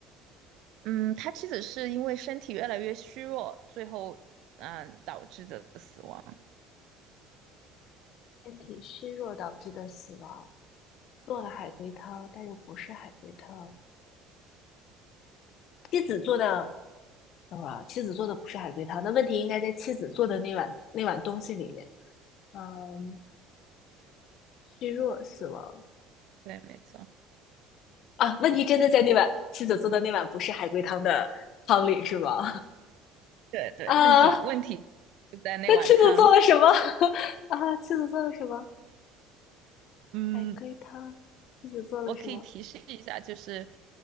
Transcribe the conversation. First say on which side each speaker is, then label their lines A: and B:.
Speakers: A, on the right; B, on the left.
A: 嗯，他妻子是因为身体越来越虚弱，最后嗯导致的死亡。
B: 身体虚弱导致的死亡，做了海龟汤，但又不是海龟汤。妻子做的啊，妻子做的不是海龟汤，那问题应该在妻子做的那碗那碗东西里面。嗯，虚弱死亡
A: 对，没错，
B: 啊，问题真的在那碗妻子做的那碗不是海龟汤的汤里是吗？
A: 对对，
B: <laughs> 啊，
A: 问题问题就在那碗汤。
B: 那妻子做了什么？<laughs> 啊，妻子做了什么？
A: 嗯，
B: 海龟汤，妻子做了什么？
A: 我可以提示一下，就是